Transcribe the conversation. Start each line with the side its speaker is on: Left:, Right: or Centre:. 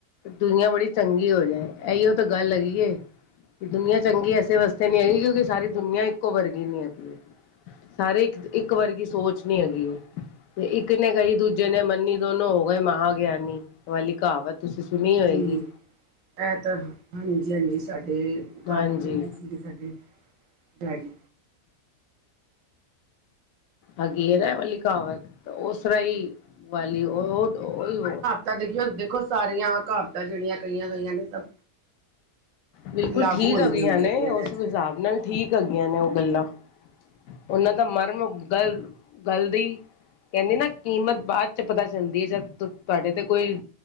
Left: ਦੁਨੀਆਂ ਬੜੀ ਚੰਗੀ ਹੋ ਜਾਏ ਇਹੀਓ ਤਾਂ ਗੱਲ ਹੈਗੀ ਹੈ। ਦੁਨੀਆਂ ਚੰਗੀ ਇਸੇ ਵਾਸਤੇ ਨੀ ਹੈਗੀ ਕਿਉਂਕਿ ਸਾਰੀ ਦੁਨੀਆਂ ਇੱਕੋ ਵਰਗੀ ਨੀ ਹੈਗੀ ਹੈ। ਸਾਰੇ ਇੱਕ ਇੱਕ ਵਰਗੀ ਸੋਚ ਨੀ ਹੈਗੀ ਹੈ। ਤੇ ਇੱਕ ਨੇ ਗਈ ਦੂਜੇ ਨੇ ਮੰਨੀ ਦੋਨੋ ਹੋ ਗਏ ਮਹਾਂ ਗਿਆਨੀ ਵਾਲੀ ਕਹਾਵਤ ਤੁਸੀਂ। ਸੁਣੀ ਹੋਏਗੀ
Right: ਹੂ ਇਹ ਤਾਂ ਹਾਂਜੀ ਹਾਂਜੀ ਸਾਡੇ।
Left: ਹਾਂਜੀ
Right: ਘਰ ਬੋਲਦੇ ਸੀਗੇ ਡੈਡੀ
Left: ਹਗੀ ਹੈ ਨਾ ਏ ਵਾਲੀ ਕਹਾਵਤ ਉਸ ਰਾਈ ਵਾਲੀ ਓ ਓ ਉਹੀਓ।
Right: ਤਾਂ ਦੇਖਿਓ ਦੇਖੋ ਸਾਰੀਆਂ ਕਹਾਵਤਾਂ ਜਿਹੜੀਆਂ ਕਹੀਆਂ ਗਈਆਂ ਨੇ ਸਭ।
Left: ਬਿਲਕੁਲ
Right: ਲਾਗੂ
Left: ਠੀਕ
Right: ਹੁੰਦੀਆਂ
Left: ਹੈਗੀਆਂ ਨੇ
Right: ਪਈਆਂ
Left: ਉਸ
Right: ਅੱਜ-ਕੱਲ੍ਹ
Left: ਹਿਸਾਬ ਨਾਲ ਠੀਕ ਹੈਗੀਆਂ ਨੇ ਉਹ ਗੱਲਾਂ। ਉਹਨਾਂ ਦਾ ਮਰਮ ਗਲ ਗਲਦੀ। ਕਹਿੰਦੀ ਨਾ ਕੀਮਤ ਬਾਅਦ ਚ ਪਤਾ ਚੱਲਦੀ ਹੈ ਜਾਂ ਤੁਹਾਡੇ ਤੇ ਕੋਈ।